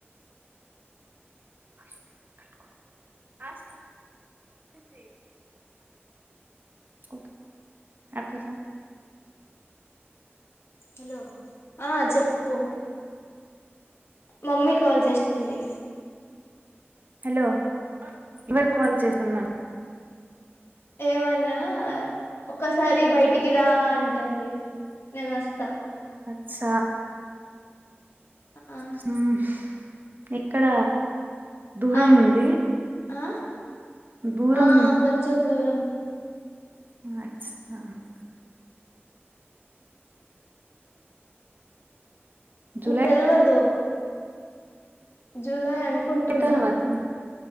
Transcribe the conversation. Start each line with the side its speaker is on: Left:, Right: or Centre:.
Right: <unintelligible> కొద్ యపిసా
Left: హలో ఆ చెప్పు మమ్మీ కాల్ చేస్తుంది.
Right: హలో ఆ ఎవరు కాల్ చేసున్నారు?
Left: ఏవన్నా ఒక్కసారి బయటికి రా అంటంది. నేను ఒస్త
Right: ఛ
Left: ఆ
Right: హుమ్ ఎక్కడ దూరం
Left: ఆ
Right: ఉంది.
Left: ఆ
Right: దూరం
Left: ఆ కొంచెం దూరం
Right: అ ఎగ్స్ నాక్ జూలై
Left: తెల్వదు జులై అనుకుంటున్నా.
Right: తర్వాత